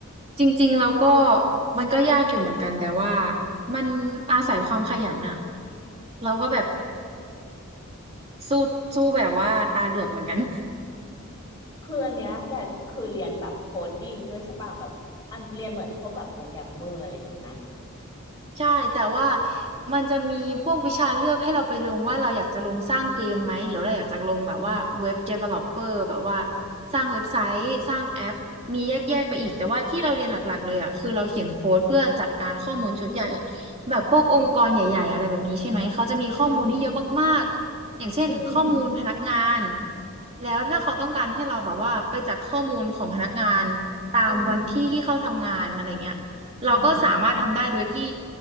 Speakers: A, on the right; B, on the left.
A: จริงๆแล้วก็มันก็ยากอยู่เหมือนกันแต่ว่ามันอาศัยความขยันอะเราก็แบบสู้สู้แบบว่าตาเหลือกเหมือนกัน
B: คืออันเนี้ยแกคือเรียนแบบโคดดิ้งด้วยใช่ป่ะแบบอันเรียนเหมือนพวกแบบโปรแกรมเมอร์อะไรอย่างงี้ไหม
A: ใช่แต่ว่ามันจะมีพวกวิชาเลือกให้เราไปลงว่าเราอยากจะลงสร้างเกมไหมหรือเราอยากจะลงแบบว่าเว็บ developer แบบว่าสร้างเว็บไซต์สร้างแอปมีแยกๆไปอีกแต่ว่าที่เราเรียนหลักๆเลยอ่ะคือเราเขียนโค้ดเพื่อจัดการข้อมูลชุดใหญ่แบบพวกองค์กรใหญ่ๆอะไรแบบนี้ใช่ไหมเขาจะมีข้อมูลที่เยอะมากๆอย่างเช่นข้อมูลพนักงาน
B: อืมอืม
A: แล้วถ้าเขาต้องการให้เราแบบว่าไปจัดข้อมูลของพนักงานตามวันที่ที่เขาทำงานอะไรเงี้ย
B: อืม
A: เราก็สามารถทำได้โดยที่
B: อ่าฮะ